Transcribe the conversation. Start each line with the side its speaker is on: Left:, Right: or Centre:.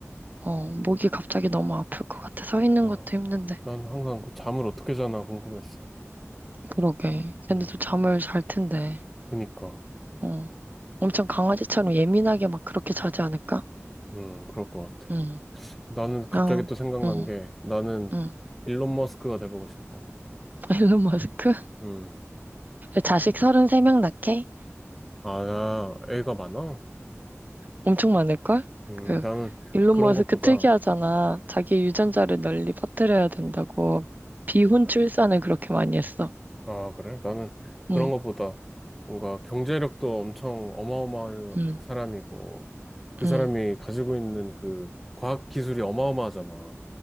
Right: 어, 목이 갑자기 너무 아플 것 같아. 서 있는
Centre: 아,
Right: 것도 힘든데.
Centre: 난 항상 그 잠을 어떻게 자나 궁금했어.
Right: 그러게. 걔네도
Centre: 음,
Right: 잠을 잘 텐데.
Centre: 그니까,
Right: 어. 엄청 강아지처럼 예민하게 막 그렇게 자지 않을까?
Centre: 음, 그럴 것 같아.
Right: 응.
Centre: 나는 갑자기
Right: 어,
Centre: 또 생각난
Right: 응,
Centre: 게, 나는
Right: 응.
Centre: 일론 머스크가 돼보고 싶어.
Right: <laughs> 일론 머스크?
Centre: 음,
Right: 자식 33명 낳게?
Centre: 아, 나 애가 많아?
Right: 엄청 많을걸?
Centre: 음,
Right: 그
Centre: 나는
Right: 일론
Centre: 그런
Right: 머스크
Centre: 것보다,
Right: 특이하잖아. 자기 유전자를 널리 퍼뜨려야 된다고 비혼 출산을 그렇게 많이 했어.
Centre: 아, 그래? 나는 그런
Right: 응,
Centre: 것보다 뭔가 경제력도 엄청 어마어마한
Right: 응,
Centre: 사람이고, 그
Right: 응.
Centre: 사람이 가지고 있는 그 과학 기술이 어마어마하잖아.